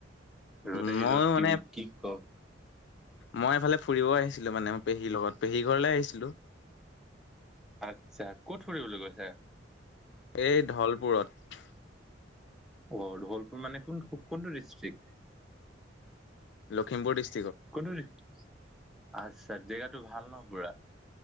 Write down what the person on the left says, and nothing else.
উম, মই
মানে
মই এফালে ফুৰিব আহিছিলোঁ মানে পেহীৰ লগত পেহী ঘৰলে আহিছিলোঁ।
এই ধলপুৰত।
লখিমপুৰ দিষ্ট